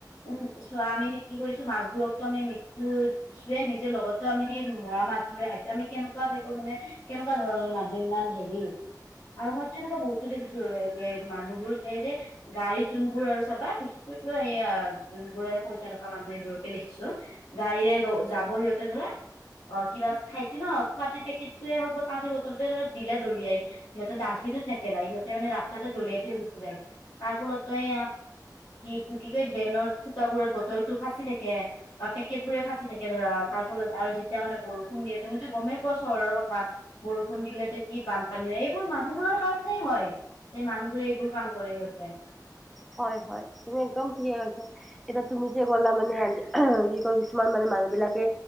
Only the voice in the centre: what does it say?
হয় হয় তুমি একদম ঠিকে কৈছা। এতিয়া তুমি যে ক'লা মানে কি কয় কিছুমান মানে মানুহ বিলাকে